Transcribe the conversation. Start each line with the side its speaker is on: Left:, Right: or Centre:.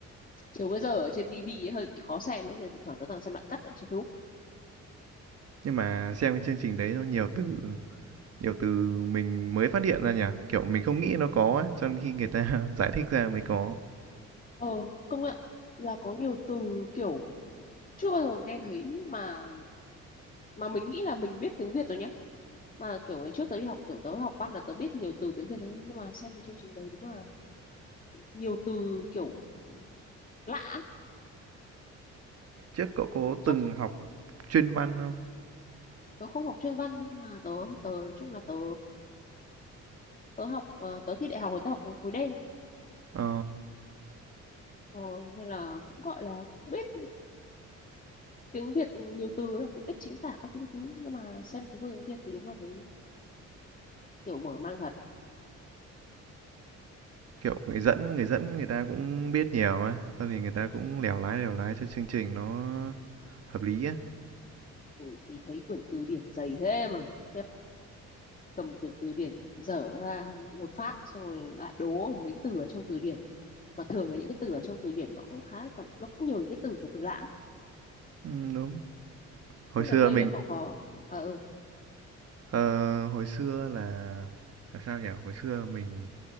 Left: chiều cái giờ ở trên tivi ấy hơi bị khó xem ấy nên thỉnh thoảng tớ toàn xem đoạn cắt ở trên Facebook
Right: Nhưng mà xem cái chương trình đấy nó nhiều từ nhiều từ mình mới phát hiện ra nhỉ? Kiểu mình không nghĩ nó có ấy, cho nên khi người ta <laughs> giải thích ra mới có.
Left: ờ công nhận là có nhiều từ kiểu chưa bao giờ nghe thấy mà mà mình nghĩ là mình biết tiếng Việt rồi nhá mà kiểu ngày trước tớ đi học kiểu tớ học văn là tớ biết nhiều từ tiếng Việt rồi nhá nhưng mà xem cái chương trình đấy đúng là nhiều từ kiểu lạ ấy.
Right: Trước cậu có
Left: chắc
Right: từng học chuyên văn không?
Left: tớ không học chuyên văn nhưng mà tớ tớ nói chung là tớ tớ học ờ, tớ thi đại học rồi tớ học khối đen
Right: Ờ
Left: ờ, nên là cũng gọi là cũng biết tiếng Việt nhiều từ ấy, cũng biết chính tả các thứ nhưng mà xem cái vô tiếng Việt thì đúng là thấy kiểu mở mang thật
Right: Kiểu người dẫn người dẫn người ta cũng biết nhiều á, xong thì người ta cũng lèo lái lèo lái cho chương trình nó hợp lý á.
Left: ừ, thì thấy quyển từ điển dày thế mà khiếp cầm quyển từ điển dở ra một phát xong rồi lại đố mấy từ ở trong từ điển mà thường là những cái từ ở trong từ điển nó cũng khá là toàn- nó cũng nhiều những cái từ của từ lạ
Right: Ừ, đúng. Hồi
Left: thế
Right: xưa
Left: gần đây
Right: mình
Left: là cậu có à ừ
Right: ờ, hồi xưa là là sao nhỉ? Hồi xưa mình